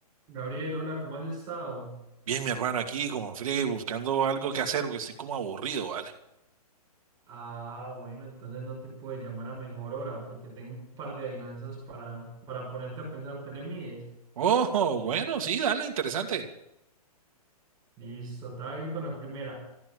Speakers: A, on the right (about 20°); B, on the right (about 60°).
A: Gabriel, hola, ¿cómo has estado?
B: Bien, mi hermano, aquí como friegue buscando algo que hacer porque estoy como aburrido, ¿vale?
A: Ah, bueno, entonces no te puedo llamar a mejor hora porque tengo un par de adivinanzas para, para ponerte a pensar. ¿Te le mides?
B: Oh, bueno, sí, dale, interesante.
A: Listo, te voy a ir con la primera.